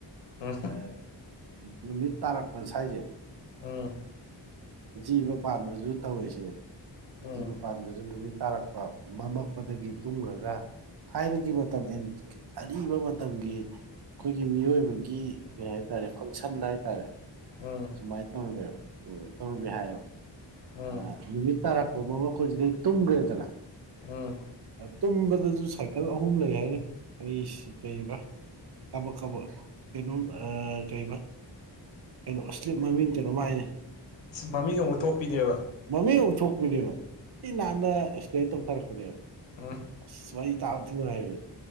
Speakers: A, on the left; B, on the right.
A: <unintelligible>
B: ꯑꯥ ꯅꯨꯃꯤꯠ ꯇꯥꯔꯛꯄ ꯁꯥꯏꯖꯦ
A: ꯎꯝ
B: ꯖꯤꯕ ꯄꯥꯟꯕꯖꯨ ꯇꯧꯋꯤ ꯁꯤꯅꯤ
A: ꯎꯝ
B: ꯖꯤꯕ ꯄꯥꯟꯕꯖꯨ ꯅꯨꯃꯤꯠ ꯇꯥꯔꯛ ꯄꯥ ꯃꯝꯃꯥꯛꯄꯗꯒꯤ ꯇꯨꯝꯒ꯭ꯔꯥꯒ ꯊꯥꯏꯅꯒꯤ ꯃ ꯇꯝ ꯑꯦꯟ ꯑꯥꯔꯤꯕ ꯃꯇꯝꯒꯤ ꯑꯈꯣꯏꯒꯤ ꯃꯤꯑꯣꯏꯕꯒꯤ ꯀꯩ ꯍꯥꯏꯇꯥꯔꯦ ꯐꯪꯁꯟ ꯍꯥꯏꯇꯥꯔꯦ
A: ꯎꯝ
B: ꯑꯗꯨꯃꯥꯏ ꯇꯧꯔꯝꯃꯦꯕ ꯎꯝ ꯇꯧꯔꯝꯃꯦ ꯍꯥꯏꯌꯦꯕ
A: ꯎꯝ
B: ꯑꯥ ꯅꯨꯃꯤꯠ ꯇꯥꯔꯛꯄꯥ ꯃꯝꯃꯛꯄ ꯖꯤꯗ ꯇꯨꯝꯒ꯭ꯔꯦꯗꯅ
A: ꯎꯝ
B: ꯑ ꯇꯨꯝꯕꯗꯖꯨ ꯁꯥꯏꯀꯥꯜ ꯑꯍꯨꯝ ꯂꯩ ꯍꯥꯏꯅꯦ ꯑꯩꯁ ꯀꯩꯕ ꯀꯥꯕꯛ ꯀꯥꯕꯛ ꯀꯩꯅꯣꯝ ꯑꯥ ꯀꯩꯕ ꯀꯩꯅꯣ ꯏꯁꯂꯤꯞ ꯃꯃꯤꯡ ꯀꯩꯅꯣꯝ ꯃꯥꯏꯅꯦ
A: ꯃꯃꯤꯡ ꯑꯃꯨꯛ ꯊꯣꯛꯄꯤꯅꯦꯕ
B: ꯃꯃꯤꯡ ꯑꯃꯨꯛ ꯊꯣꯛꯄꯤꯅꯦꯕ ꯊꯤ ꯅꯥꯟꯅ ꯑꯦꯛꯁꯄ꯭ꯂꯦꯟ ꯇꯧꯊꯔꯛꯄꯅꯦꯕ꯫
A: ꯑꯥ
B: ꯑꯁ ꯋꯥꯔꯤ ꯇꯥꯕ ꯊꯤꯅꯨꯡꯉꯥꯏꯕꯤꯅꯦ꯫